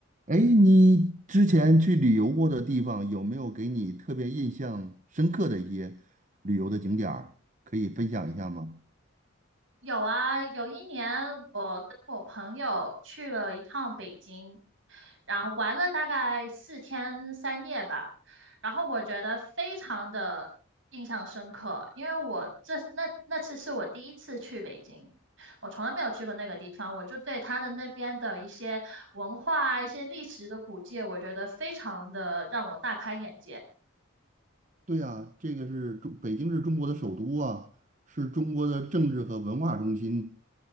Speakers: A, on the right; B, on the right.
A: 哎，你之前去旅游过的地方，有没有给你特别印象深刻的一些旅游的景点儿，可以分享一下吗？
B: 有啊，有一年我跟我朋友去了一趟北京，然后玩了大概四天三夜吧，然后我觉得非常的印象深刻，因为我这那那次是我第一次去北京，我从来没有去过那个地方，我就对它的那边的一些文化啊、一些历史的古迹，我觉得非常的让我大开眼界。
A: 对呀，这个是中，北京是中国的首都啊，是中国的政治和文化中心。